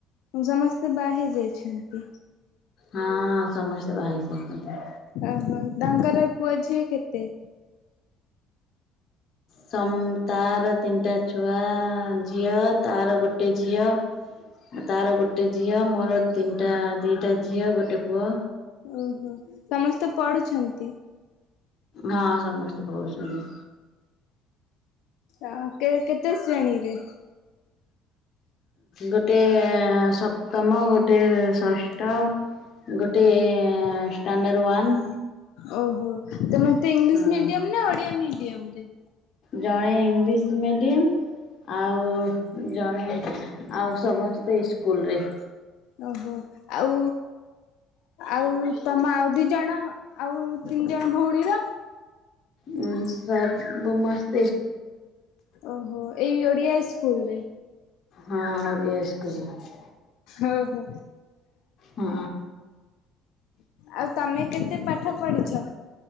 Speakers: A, on the left; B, on the left.
A: ସମସ୍ତେ ବାହେଇ ଯାଇଛନ୍ତି।
B: ହଁ ସମସ୍ତେ ବାହା ହେ ଇ ଛନ୍ତି।
A: ଓହୋ ତାଙ୍କର ପୁଅ ଝିଅ କେତେ।
B: ସମ ତାର ତିନିଟା ଛୁଆ ଝିଅ ତାର ଗୋଟେ ଝିଅ ତାର ଗୋଟେ ଝିଅ ମୋର ତିନିଟା ଦୁଇଟା ଝିଅ ଗୋଟେ ପୁଅ।
A: ଓହୋ ସମସ୍ତେ ପଢୁଛନ୍ତି।
B: ହଁ ସମସ୍ତେ ପଢୁଛନ୍ତି।
A: ଆ କେ କେତେ ଶ୍ରେଣୀରେ।
B: ଗୋଟେ ସପ୍ତମ ଗୋଟେ ଷଷ୍ଠ ଗୋଟେ ଷ୍ଟାଣ୍ଡାର୍ଡ ୱନ୍।
A: ଓହୋ ତ ମତେ ଇଂଲିଶ
B: ହଁ
A: ମିଡିୟମ ନା ଓଡିଆ ମିଡି ମିଡିଅମରେ।
B: ଜଣେ ଇଂଲିଶ ମିଡିୟମ ଆଉ। ଜଣେ। ଆଉ ସମସ୍ତେ ଇସ୍କୁଲ ରେ।
A: ଓହୋ ଆଉ। ଆଉ ତମ ଆଉ ଦି ଜଣ ଆଉ ତିନି ଜଣ ଭଉଣୀର।
B: ହୁଁ ସବୁ ମାସ
A: ଓହୋ ଏଇ ଓଡିଆ ଇସ୍କୁଲ୍ ରେ।
B: ହଁ ଓଡ଼ିଆ ଇସ୍କୁଲ ରେ।
A: ଓ ହୋ।
B: ହଁ
A: ଆଉ ତମେ କେତେ ପାଠ ପଢିଛ।